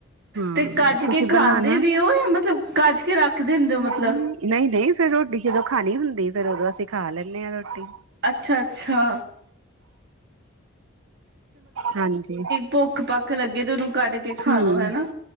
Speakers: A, on the right; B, on the right.
A: ਹਾਂ
B: ਤੇ ਕੱਜ
A: ਤੁਸੀਂ
B: ਕੇ ਖਾਂਦੇ
A: ਬਣਾਣਾ
B: ਵੀ ਉਹ ਜਾਂ ਮਤਲਬ ਕੱਜ ਕੇ ਰੱਖਦੇ ਹੁੰਦੇ ਹੋ ਮਤਲਬ
A: ਨਹੀਂ-ਨਹੀਂ ਫੇਰ ਰੋਟੀ ਜਦੋ ਖ ਖਾਣੀ ਹੁੰਦੀ ਫੇਰ ਉਦੋਂ ਅਸੀਂ ਖਾ ਲੈਂਣੇ ਹਾਂ ਰੋਟੀ।
B: ਅੱਛਾ-ਅੱਛਾ।
A: ਹਾਂਜੀ
B: ਭੁੱਖ ਪੱਖ ਲੱਗੇ ਤੇ ਉਹਨੂੰ ਕੱਢ ਕੇ ਖਾ
A: ਹੂੰ
B: ਲੋ ਹਨਾ